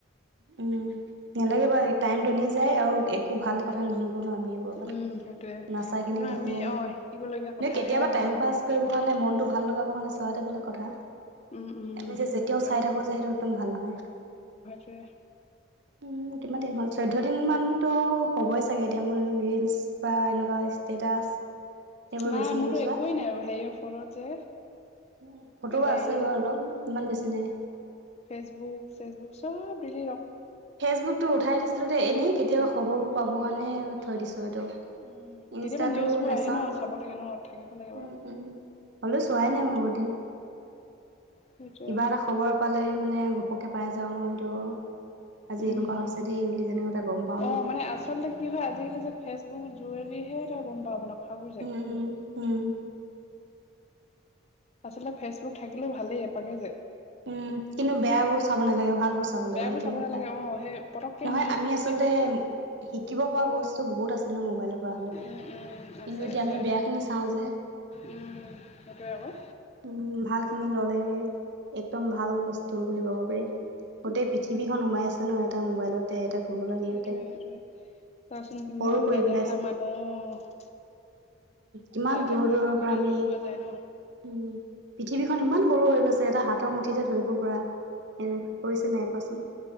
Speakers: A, on the right; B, on the left.
A: উম, নেলাগে বাৰু টাইমতো এনে যায় আৰু একো ভাল কথা নিশি আমি এইবোৰ
B: উম সেইটোয়ে
A: নাচাখিনি
B: কিছুমান
A: দেখো।
B: আমি অ শিকিবলগীয়া কথাহে
A: কেতিয়াবা
B: আমি
A: টাইম
B: চাব
A: পাছ
B: লাগে ন
A: কৰিব কাৰণে মনতটো ভাল লগাবৰ কাৰণে চোৱাতো বোলে কথা।
B: উম উম
A: আমি যে যেতিয়াও
B: সেইটোয়ে
A: চাই
B: অ
A: থাকো যে সেইটো একদম ভাল নহয়।
B: উম।
A: উম, কিমান দিন হ'ল চৈধ্য দিন মানতো হ'বই চাগে এতিয়া মোৰ ৰিলচ বা এনেকুৱা ষ্টেটাচ সেইবোৰ
B: নাই
A: বেছিকে
B: মোৰতো
A: নোচোৱা।
B: একোৱেই নাই হেৰিয়ৰ ফোনত যে
A: উম, ফটো
B: হেৰি
A: আছে বাৰু অলপ ইমান বেছি নাই।
B: ফেচবুক চেচবুক চব দিলি
A: ফেচবুক টো উঠাই দিছিলো দে, এনেই কেতিয়াবা খবৰ বোৰ পাব কাৰণে থৈ দিছোঁ।
B: উম কেতিয়াবা
A: ইনষ্টাটো
B: নিউজবোৰ
A: নাচাওঁ
B: আহে ন
A: বাৰু।
B: চাব
A: উম,
B: লাগে ন থাকিব লাগে বাৰু
A: উম, হলেও চোৱাই
B: উম
A: নাই মই বহুত দিন।
B: সেইটোৱে
A: কিবা এটা খবৰ পালে মানে ঘপকে পাই যাও এইটো। আজি
B: উম,
A: এনেকুৱা হৈছে দেই বুলি যেনেকুৱা এটা গম পাওঁ
B: অ',
A: ন
B: মানে আচলতে কি হয় আজিকালি যে ফেচবুক যোগেদিহে এতিয়া গম পাও মানে। কথাবোৰ যে
A: উম, উম, উম।
B: আচলতে ফেচবুক থাকিলেও ভালেই এপাকে যে।
A: উম, কিন্তু বেয়া বোৰো চাব নালাগে ভাল ব চাব
B: বেয়াবোৰ
A: লাগে সেইটোয়ে
B: চাব
A: কথা
B: নালাগে
A: নহয়,
B: অ সেই পতককে নিউজবোৰ
A: আমি আচলতে
B: কি হয়
A: শিকিব পৰা বস্তু বহুত আছিল ন, মোবাইলৰ পৰা হ'লেও।
B: উম উম
A: কিন্তু
B: আছে
A: এতিয়া
B: আছে
A: আমি বেয়া খিনি চাওঁ যে।
B: উম সেইটোৱে আকৌ
A: উম, ভালখিনি ল'লে। একদম ভাল বস্তু বুলি ক'ব পাৰি, গোটেই
B: উম
A: পৃথিৱীখন সোমাই আছে ন এটা মোবাইলতে এটা। গুগলৰ হেৰিয়তে
B: সেইটোৱেই, সেইটোৱেই চোৱাচোন কিমান
A: সৰু কৰি
B: নেদেখা
A: পেলাইছে।
B: মানুহ।
A: কিমান
B: তাতে
A: দূৰৰ,
B: ফেচবুকতে
A: দূৰৰ পৰা আমি
B: লগ পোৱা
A: উম,
B: যায় ন
A: পৃথিৱীখন ইমান সৰু হৈ গৈছে এটা হাত হাতৰ মুঠিতেই ধৰিব পৰা এনে হৈছে নাই কোৱাচোন?